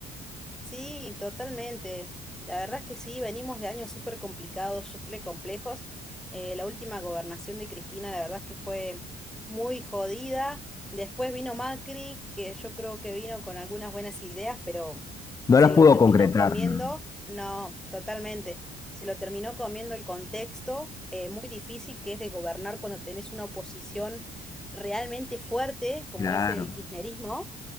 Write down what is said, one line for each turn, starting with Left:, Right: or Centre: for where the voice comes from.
Centre: Sí, totalmente. La verdad es que sí, venimos de años súper complicados, súper complejos. Eh, la última gobernación de Cristina, la verdad es que fue muy jodida. Después vino Macri, que yo creo que vino con algunas buenas ideas, pero
Left: No
Centre: se
Left: las
Centre: lo
Left: pudo
Centre: terminó
Left: concretar,
Centre: comiendo.
Left: ¿no?
Centre: No, totalmente. Se lo terminó comiendo el contexto eh, muy difícil que es de gobernar cuando tenés una oposición realmente fuerte, como
Left: Claro.
Centre: es el kirchnerismo.